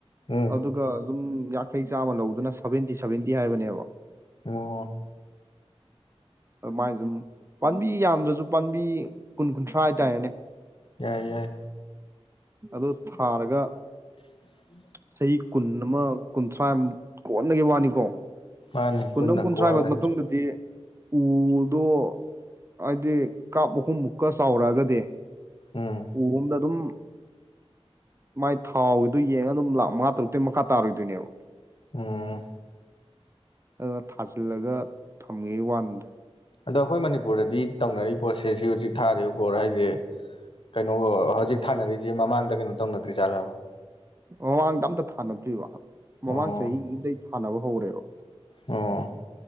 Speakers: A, on the left; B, on the right.
A: ꯎꯝ
B: ꯑꯗꯨꯒ ꯑꯗꯨꯝ ꯌꯥꯡꯈꯩ ꯆꯥꯝꯃ ꯂꯧꯕꯗꯨꯅ ꯁꯚꯦꯟꯇꯤ ꯁꯚꯦꯟꯇꯤ ꯍꯥꯏꯕꯅꯦꯕ
A: ꯑꯣ
B: ꯑꯗꯨꯃꯥꯏ ꯑꯗꯨꯝ ꯄꯥꯝꯕꯤ ꯌꯥꯝꯗ꯭ꯔꯖꯨ ꯄꯥꯝꯕꯤ ꯀꯨꯟ ꯀꯨꯟꯊ꯭ꯔꯥ ꯍꯥꯏꯇꯥꯔꯦꯅꯦ
A: ꯌꯥꯏ ꯌꯥꯏ
B: ꯑꯗꯨ ꯊꯥꯔꯒ
A: <unintelligible>
B: ꯆꯍꯤ ꯀꯨꯟ ꯑꯃꯥ ꯀꯨꯟꯊ꯭ꯔꯥꯃꯨꯛ ꯀꯣꯟꯅꯒꯤ ꯋꯥꯅꯤꯀꯣ
A: ꯃꯥꯅꯤ
B: ꯀꯨꯟꯑꯝ
A: ꯀꯨꯟꯅ
B: ꯀꯨꯟꯊ꯭ꯔꯥꯏ
A: ꯀꯣꯟꯅꯒꯤ
B: ꯃꯇꯨꯡꯗꯗꯤ ꯎꯗꯣ ꯍꯥꯏꯗꯤ ꯀꯥꯞ ꯑꯍꯨꯝꯃꯨꯛ ꯀ ꯆꯥꯎꯔꯛꯑꯒꯗꯤ
A: ꯎꯝ
B: ꯎ ꯑꯝꯗ ꯑꯗꯨꯝ ꯃꯥꯏ ꯊꯥꯎꯒꯤꯗꯨ ꯌꯦꯡꯉꯥ ꯑꯗꯨꯝ ꯂꯥꯛ ꯃꯉꯥ ꯇꯔꯨꯛꯇꯒꯤ ꯃꯈꯥ ꯇꯥꯔꯣꯏꯗꯣꯏꯅꯦꯕ
A: ꯎꯝ
B: ꯑꯗꯨꯅ ꯊꯥꯖꯤꯜꯂꯒ ꯊꯝꯒꯤꯕꯩ ꯋꯥꯟꯅꯤꯗ
A: ꯑꯗꯣ ꯑꯩꯈꯣꯏ ꯃꯅꯤꯄꯨꯔꯗꯗꯤ ꯇꯧꯅꯔꯤ ꯄꯔꯣꯁꯦꯁꯤ ꯍꯧꯖꯤꯛ ꯊꯥꯔꯤ ꯒꯣꯔ ꯍꯥꯏꯖꯦ ꯀꯩꯅꯣ ꯍꯧꯖꯤꯛ ꯊꯥꯅꯔꯤꯖꯦ ꯃꯃꯥꯡꯗ ꯀꯩꯅꯣ ꯇꯧꯅꯗ꯭ꯔꯤ ꯖꯥꯠꯂꯥꯕ
B: ꯃꯃꯥꯡꯗ ꯑꯝꯇ ꯊꯥꯅꯗ꯭ꯔꯤꯕ ꯃꯃꯥꯡ
A: ꯑꯣ
B: ꯆꯍꯤ ꯗꯩ ꯊꯥꯅꯕ ꯍꯧꯔꯦꯕ
A: ꯑꯣ